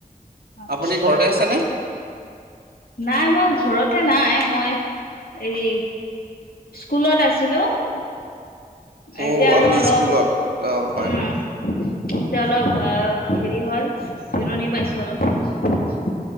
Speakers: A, on the left; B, on the right.
A: আচ্ছা
B: আপুনি ঘৰতে আছে নে?
A: নাই মই ঘৰত ততে নাই মই হেৰি স্কুলত আছিলো।
B: অ
A: এতিয়া
B: আপুনি
A: আৰু অলপ,
B: স্কুলত অ হয়
A: উম এতিয়া অলপ আ হেৰি হ'ল জিৰণি পাইছো অলপ।